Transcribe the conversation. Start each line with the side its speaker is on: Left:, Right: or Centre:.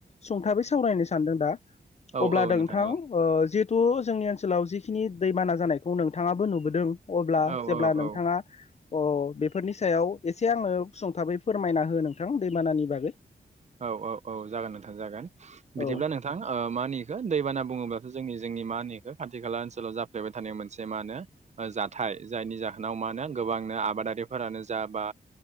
Left: सुंथाबै सावरायनो सानदों दा
Right: औ
Left: अब्ला
Right: औ
Left: नोंथां
Right: औ
Left: ओ जि थु जोंनि ओनसोलाव जिखिनि दैबाना जानायखौ नोंथाङाबो नुबोदों। अब्ला
Right: औ
Left: जेब्ला
Right: औ
Left: नोंथाङा
Right: औ
Left: अ बेफोरनि सायाव एसे आङो सुंथाबै फोरमायना हो नोंथां दैबानानि बागै।
Right: औ औ औ जागोन नोंथां जागोन बिदिब्ला
Left: औ
Right: नोंथां मा होनो इखो दैबाना बुङोब्लाथ' जों जोंनि मा होनो बेखौ खाथि खाला ओनसोलाव जाफ्लेबाय थानाय मोनसे मा होनो ओ जाथाय जायनि जा होनखव म गोबांनो आबादारिफोरानो जा बा